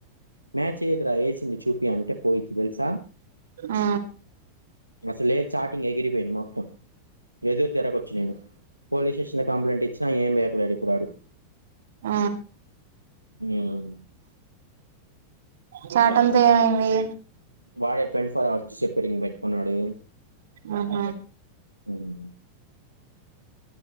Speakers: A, on the right; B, on the right.
A: మ్యాచ్ ఏదిరా ఏసి ది చూపి అంటే పోయిద్ది తెలుసా
B: ఆ
A: అసలే చాటింగ్ ఎగిరిపోయింది మొత్తం ఎదురు తిరగొచ్చు నేను పోలీస్ స్టేషన్ లో కంప్లైంట్ ఇచ్చినా ఏం పీకలేడు కురాడు
B: ఆ
A: హ్మ్
B: చాటంతా ఏమైంది
A: వాడే ట్వంటీ ఫోర్ అవర్స్ చెపరింగ్ పెట్టుకున్నాడు.
B: ఆహా
A: హ్మ్.